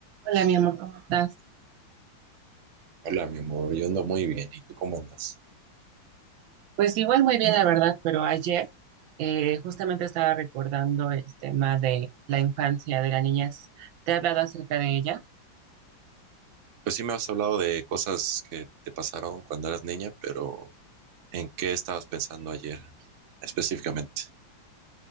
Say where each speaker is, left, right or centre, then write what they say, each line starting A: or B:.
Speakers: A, on the right; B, on the right.
A: Hola, mi amor, ¿cómo estás?
B: Hola, mi amor, yo ando muy bien. ¿Y tú cómo andas?
A: Pues igual muy bien, la verdad, pero ayer eh, justamente estaba recordando el tema de la infancia, de la niñez. Te he hablado acerca de ella,
B: Pues sí me has hablado de cosas que te pasaron cuando eras niña, pero ¿en qué estabas pensando ayer específicamente?